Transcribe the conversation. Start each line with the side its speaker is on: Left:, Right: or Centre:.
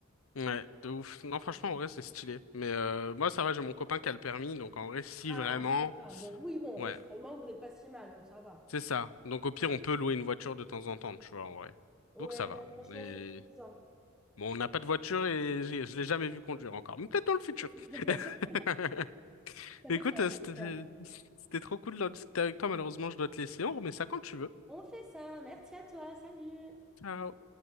Left: ouais, de ouf. Non, franchement, en vrai, c'est stylé. Mais euh, moi, ça va, j'ai mon copain qui a le permis, donc en vrai, si
Centre: Ah,
Left: vraiment,
Centre: Ça va. Donc oui, bon, en
Left: ouais,
Centre: fait, finalement, vous n'êtes pas si mal, donc ça va.
Left: c'est ça. Donc au pire, on peut louer une voiture de temps en temps, tu vois, en vrai.
Centre: Ouais,
Left: Donc ça va.
Centre: non, franchement,
Left: Mais
Centre: c'est suffisant.
Left: Bon, on n'a pas de voiture et j'ai- je l'ai jamais vu conduire encore. Mais peut-être dans le futur.
Centre: <laughs>
Left: <laughs>
Centre: Ça
Left: Mais
Centre: fait
Left: Écoute,
Centre: peur,
Left: euh, c'était
Centre: ça fait peur.
Left: c'était trop cool de discuter avec toi. Malheureusement, je dois te laisser. On remet ça quand tu veux.
Centre: On fait ça. Merci à toi. Salut.
Left: Ciao.